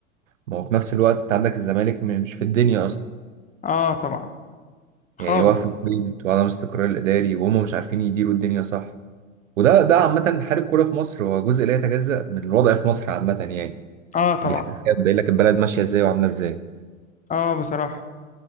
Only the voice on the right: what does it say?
ما هو في نفس الوقت انت عندك الزمالك م- مش في الدنيا اصلا
يعني
واقف البيت وعدم استقرار الاداري وهم مش عارفين يديروا الدنيا صح وده ده عامة حال الكورة في مصر هو جزء لا يتجزأ من الوضع في مصر عامة يعني
دي حاجة بتبين لك البلد ماشية ازاي وعاملة ازاي